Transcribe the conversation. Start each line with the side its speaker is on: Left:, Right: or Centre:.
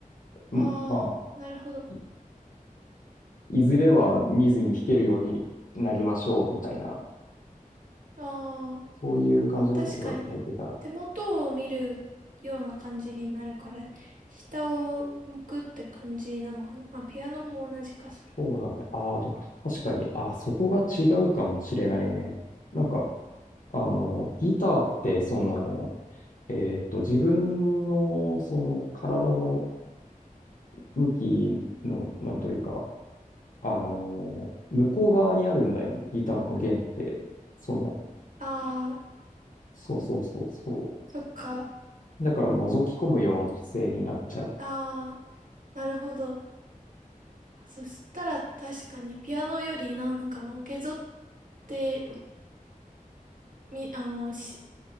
Left: んまあ、
Right: ああ、なるほど。
Left: いいずれは見ずに弾けるようになりましょう、みたいな、
Right: ああ、
Left: そういう感じのことが書いてたら、
Right: まあ確かに、手元を見るような感じになるから、下を向くって感じなのかな。まあピアノも同じか、それは。
Left: そうだね。ああ、でも確かに、ああ、そこが違うかもしれないね。なんか、あの、ギターって、その、えっと、自分の、その、体の向きの、なんというか、あの、向こう側にあるんだよね、ギターの弦って。その、
Right: ああ、
Left: そうそうそうそ
Right: そっか。
Left: う。だから、覗き込むような姿勢になっちゃう。
Right: ああ、なるほど。そしたら確かにピアノよりなんかのけぞってみ、あの、し